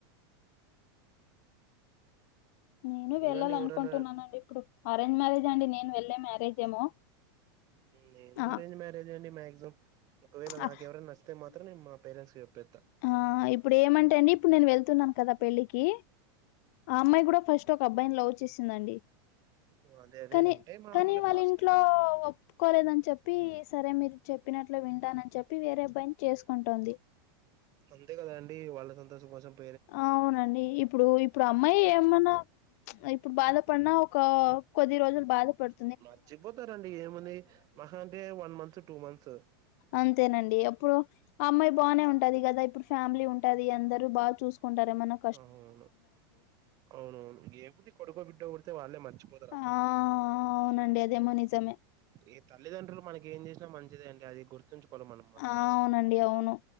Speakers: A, on the left (about 40°); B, on the right (about 25°).
A: నేను
B: చూడండి
A: వెళ్ళాల్
B: ఎవరైనా
A: అనుకుంటున్నానండి ఇప్పుడు అరేంజ్ మ్యారేజ్ అండి నేన్ వెళ్లే మ్యారేజ్ ఏమో
B: నేను
A: ఆ
B: అరేంజ్ మ్యారేజే అండి మాక్సిమం ఒకవేళ నాకు
A: ఆ
B: ఎవరన్న నచ్చితే మాత్రం నేను మా ఫేరెన్స్ జొప్యేత్త
A: ఆహా ఇప్పుడేమంటే అండి ఇప్పుడు నేను వెళ్తున్నాను కదా పెళ్ళికీ ఆ అమ్మాయ్ కూడా ఫస్టొక అబ్బాయ్ న్ లవ్ చేసిందండి
B: అదే అదే
A: కాని
B: ఉంటాయి మామూలే
A: కానీ వాళ్ళింట్లో
B: పాస్ట్
A: ఒప్ కోలేదన్ చొప్పీ సరే మీర్ చొప్పినట్లు వింటానన్ చొప్పి వేరే అబ్బాయిన్ చేస్కుంటోంది
B: అంతే కదా అండి వాళ్ళ సం తో <unintelligible>
A: ఆవునండి ఇప్పుడు ఇప్పుడు అమ్మాయి ఏమన్నా ఇప్పుడు బాధపన్నా క్కా కొద్ది రోజుల్ బాధ పడు
B: మర్చిపోతారండి ఏముంది మాహా అంటే వన్ మంతు టూ మంత్సు
A: అంతేనండి ఎప్పుడొ ఆమ్మాయ్ బానే ఉంటది గదా ఇప్పుడ్ ఫ్యామ్లీ ఉంటది అందరూ బాగ్ చూస్కుంటారేమన్న
B: అహును అవునవును ఏముంది కొడుకో బిడ్డో బుడితే వాళ్ళే మర్చిపో
A: అహా అవునండి అదేమో నిజమే
B: ఏ తల్లిదండ్రులు మనకి ఏం జేస్నా మంచిదే అండి అది గుర్తుంచుకోల్ల మనం మన
A: ఆ
B: మనసులో
A: అవునండి అవును